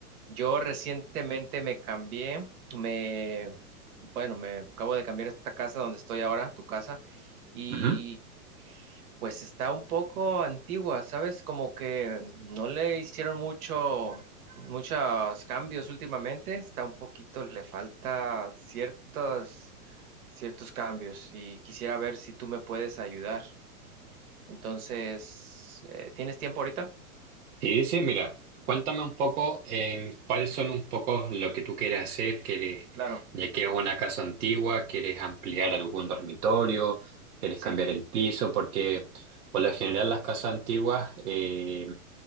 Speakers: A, on the right; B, on the right.
A: yo recientemente me cambié, me, bueno, me acabo de cambiar a esta casa donde estoy ahora, tu casa, y
B: Ujú.
A: Pues está un poco antigua, ¿sabes? Como que no le hicieron mucho, muchos cambios últimamente. Está un poquito, le falta ciertos, ciertos cambios y quisiera ver si tú me puedes ayudar. Entonces, eh, ¿tienes tiempo ahorita?
B: Sí, sí, mira, cuéntame un poco en cuáles son un poco lo que tú quieres hacer. ¿Quieres,
A: Claro.
B: ya que es una casa antigua, quieres ampliar algún dormitorio? ¿Quieres cambiar
A: Sí,
B: el piso? Porque por lo general las casas antiguas, eh,